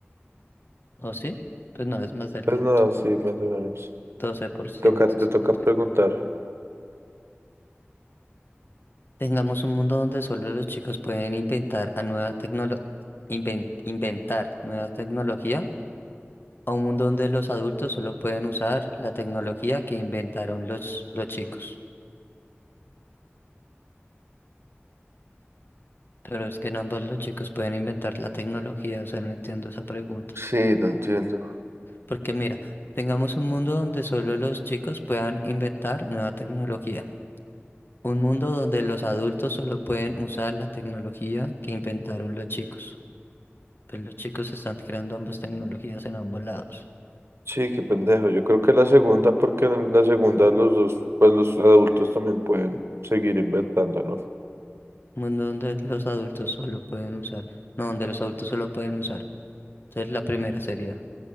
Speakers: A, on the left; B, on the right.
A: ¿O sí? Pues no, es más del
B: Pues
A: 10,
B: nada,
A: el
B: sí, más o menos.
A: 12%.
B: Toca, te
A: 60.
B: toca preguntar.
A: Tengamos un mundo donde solo los chicos pueden inventar a nueva tecnolo- inven- inventar nueva tecnología, a un mundo donde los adultos solo pueden usar la tecnología que inventaron los, los chicos. Pero es que en ambos los chicos pueden inventar la tecnología, o sea, no entiendo esa pregunta.
B: Sí, no entiendo.
A: Porque mira, tengamos un mundo donde solo los chicos puedan inventar nueva tecnología. Un mundo donde los adultos solo pueden usar la tecnología que inventaron los chicos. Pues los chicos están creando ambas tecnologías en ambos lados.
B: Sí, qué pendejo. Yo creo que la segunda, porque en la segunda los dos, pues los adultos también pueden seguir inventando, ¿no?
A: Un mundo donde los adultos solo pueden usar. No, donde los adultos solo pueden usar. Entonces la primera sería,